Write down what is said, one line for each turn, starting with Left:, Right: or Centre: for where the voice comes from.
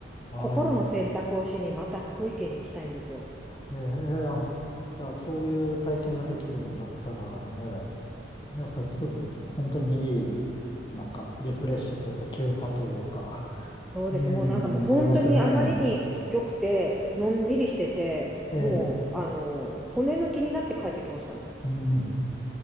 Left: はい。
Centre: 心の選択をしに、また福井県に行きたいんですよ。
Left: ええ、あいや、そういう体験ができるんだったらね、やっぱりすぐ、本当にいい、なんか、リフレッシュというか、
Centre: うん。
Left: 休暇というか、
Centre: そうです。
Left: ええ、
Centre: もうなんかもう本当にあまりに良くて、
Left: なりますよね。
Centre: のんびりしてて、
Left: ええ、
Centre: もう、あの、骨抜きになって帰ってきましたね。
Left: うん。